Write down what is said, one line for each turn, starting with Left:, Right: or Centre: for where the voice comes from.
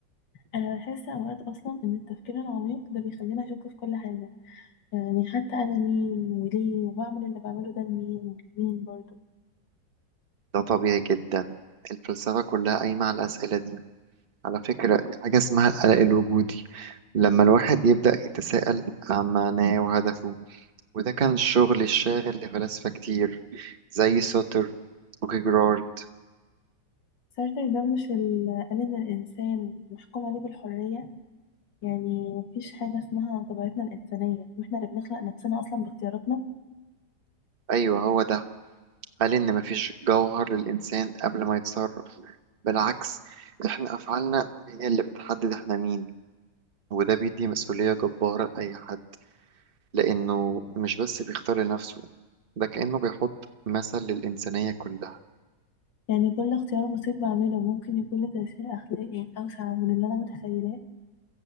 Left: أنا بحس أوقات أصلا إن التفكير العميق ده بيخلينا أشك في كل حاجة يعني حتى أنا مين وليه وبعمل اللي بعمله ده لمين ولمين برضه
Right: ده طبيعي جدا الفلسفة كلها قايمة على الأسئلة دي على فكرة حاجة اسمها القلق الوجودي لما الواحد يبدأ يتساءل عن معناه وهدفه وده كان الشغل الشاغل لفلاسفة كتير زي سوتر وكيجرارد
Left: سارتر ده مش ال- قال إن الإنسان محكوم عليه بالحرية يعني مفيش حاجة اسمها طبيعتنا الإنسانية واحنا اللي بنخلق نفسنا أصلا باختياراتنا
Right: أيوه هو ده قال إن مفيش جوهر للإنسان قبل ما يتصرف بالعكس إحنا أفعالنا هي اللي بتحدد إحنا مين وده بيدي مسؤولية جبارة لأي حد لأنه مش بس بيختار لنفسه ده كأنه بيحط مثل للإنسانية كلها
Left: يعني كل اختيار بسيط بعمله ممكن يكون له تأثير أخلاقي أوسع من اللي أنا متخيلاه